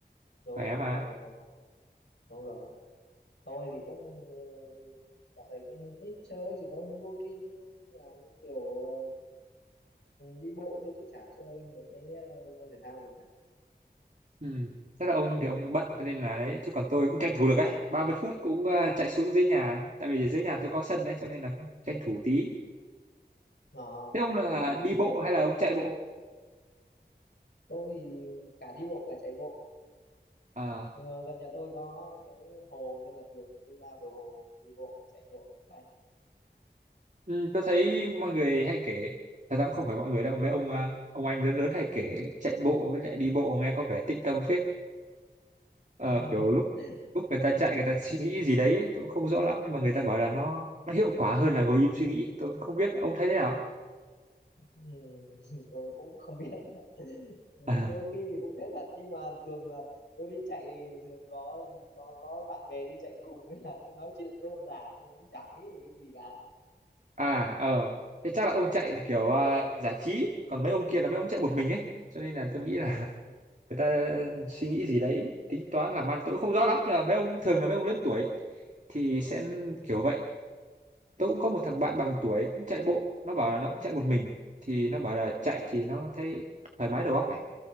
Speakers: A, on the left (about 80°); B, on the right (about 45°).
A: đúng
B: khỏe
A: rồi đúng
B: mà
A: rồi đúng rồi đúng rồi tôi thì cũng uh, dạo này cũng ít chơi chỉ có đôi khi làm cái kiểu ờ, đi bộ thôi chứ chả chơi mấy cái ờ, môn thể thao gì cả
B: ừ. chắc là ông thì ông
A: ừ.
B: bận cho nên là đấy chứ còn tôi cũng tranh thủ được ấy ba mươi phút cũng ờ, chạy xuống dưới nhà tại vì dưới nhà tôi có sân đấy cho nên là cũng tranh thủ tí
A: Ờ,
B: thế ông là
A: thế thì
B: đi bộ
A: tiện
B: hay là ông chạy bộ
A: tôi thì cả đi bộ cả chạy bộ
B: à
A: Ờ, gần nhà tôi có cái hồ nên là thường cứ ra bờ hồ đi bộ chạy bộ bay
B: ừ, tôi thấy mọi người hay kể thật ra cũng không phải mọi người đâu mấy ông ờ, ông anh lớn lớn hay kể chạy bộ với lại đi bộ nghe có vẻ tĩnh tâm phết Ờ,
A: <laughs>
B: kiểu lúc lúc người ta chạy người ta suy nghĩ gì đấy tôi cũng không rõ lắm nhưng mà người ta bảo là nó nó hiệu quả hơn là ngồi im suy nghĩ tôi cũng không biết ông thấy thế nào
A: Ừ, <laughs> tôi cũng không biết <laughs> nữa.
B: <laughs>
A: đôi khi thì cũng thế thật nhưng mà thường là tôi đi chạy thường có có có bạn bè đi chạy cùng nên là cứ nói chuyện rôm rả nên cũng chả nghĩ về cái gì cả
B: à ờ thế chắc là ông chạy thì kiểu
A: ừ,
B: à, giải trí còn mấy ông kia là mấy ông chạy một mình ấy cho nên là tôi nghĩ
A: ờ,
B: là
A: đúng, rồi.
B: <laughs> người ta suy nghĩ gì đấy tính toán làm ăn tôi cũng không rõ lắm nhưng mà mấy ông thường là mấy ông lớn tuổi thì sẽ kiểu vậy tôi cũng có một thằng bạn
A: ừ,
B: bằng tuổi cũng chạy bộ nó bảo là nó cũng chạy một mình thì nó bảo là chạy thì nó thấy thoải mái đầu óc ấy